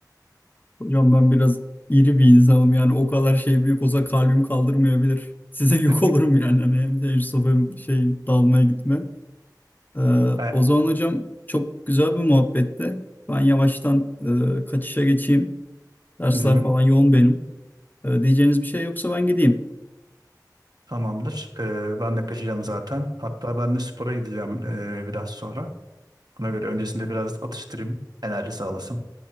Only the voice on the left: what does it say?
Hocam ben biraz iri bir insanım yani o kadar şey büyük olsa kalbim kaldırmayabilir. Size yük
olurum yani hani hem Airsoft hem şey dalmaya gitme. Ee,
o zaman hocam çok güzel bir muhabbetti. Ben yavaştan e, kaçışa geçeyim. Dersler
falan yoğun benim. Ee, diyeceğiniz bir şey yoksa ben gideyim.